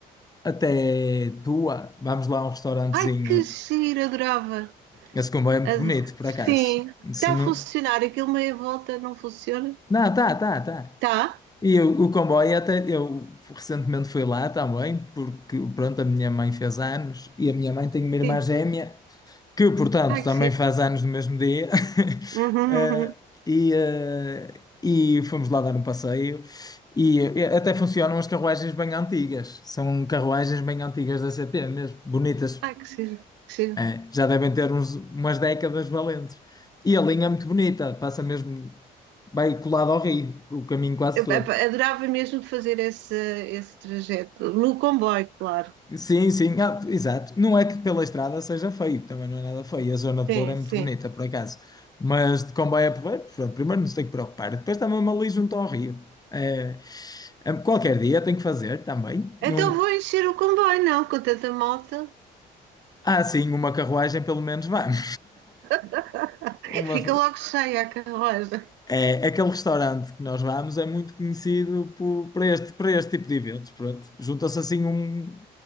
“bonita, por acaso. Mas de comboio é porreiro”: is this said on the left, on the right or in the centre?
Left